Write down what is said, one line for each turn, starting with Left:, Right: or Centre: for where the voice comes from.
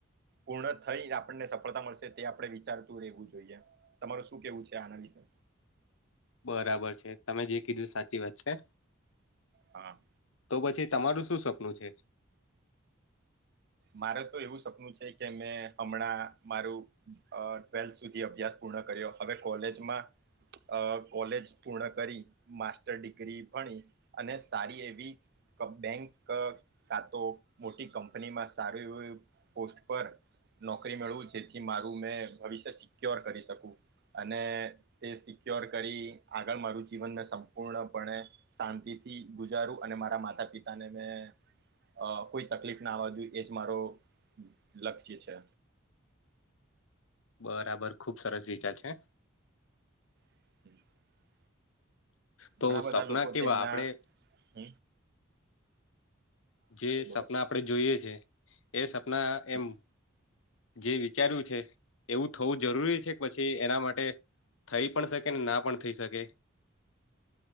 Right: પૂર્ણ થઈને આપણને સફળતા મળશે તે આપણે વિચારતું રહેેવું જોઈએ તમાર શું કેવું છે આના વિશે
Left: બરાબર છે તમે જે કીધું સાચી વાત છે
Right: હા
Left: તો પછી તમારુ શું સપનું છે
Right: મારે તો એવું સપનું છે કે મેં હમણાં મારું અ ટ્વેલ્થ સુધી અભ્યાસ પૂર્ણ કર્યો હવે કોલેજમાં અ કોલેજ પૂર્ણ કરી માસ્ટર ડિગ્રી ભણી અને સારી એવી ક બેંક ખાતો મોટી કંપનીમાં સ સારું એવું એ પોસ્ટ પર નોકરી મળવું જેથી મારું મેં ભવિષ્ય સિક્યોર કરી શકું અને તે સિક્યોર કરી આગળ મારું જીવનને સંપૂર્ણપણે શાંતિ થી ગુજારું અને મારા માતા પિતા ને મેં અ કોઈ તકલીફ ના આવવા દ એજ મારો લક્ષ્ય છે.
Left: બરાબર ખુબ સરસ વિચાર છે
Right: <inaudible>
Left: તો
Right: ઘણા બધા
Left: સપના
Right: લોકો
Left: કેવા
Right: તેમના
Left: આપણે
Right: હ
Left: જે
Right: બોલો
Left: સપના આપણેે જોઈએ છે એ સપના
Right: હ
Left: એમ જે વિચાર્યું છે એવું થવું જરૂરી છે પછી એના માટે થઈ પણ સકે ને ના પણ થઈ સકે